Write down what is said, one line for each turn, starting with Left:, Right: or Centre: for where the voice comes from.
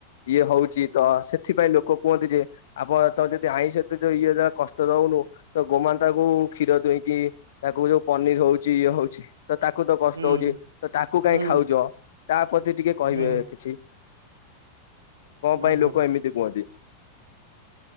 Left: ଇଏ ହଉଛି ତ ସେ ଥିପାଇଁ ଲୋକ କୁହନ୍ତି ଯେ ଆପଣ ତ ଯଦି ଆଇଷ ତ ଯ ଇଏ ଯାହା କଷ୍ଟ ଦଉନୁ ତ ଗୋମାତାକୁ କ୍ଷୀର ଦୁଇଁକି ତାକୁ ଯୋଉ ପନିର ହଉଛି ଇଏ ହଉଛି ତ ତାକୁ ତ କଷ୍ଟ
Right: ହୁଁ
Left: ହଉଛି, ତ ତାକୁ
Right: ହୁଁ
Left: କାହିଁ ଖାଉଛ, ତା ପ୍ରତି ଟିକେ କହିବେ
Right: ହୁଁ
Left: କିଛି। କଣ
Right: ହୁଁ
Left: ପାଇଁ ଲୋକ ଏମିତି କୁହନ୍ତି।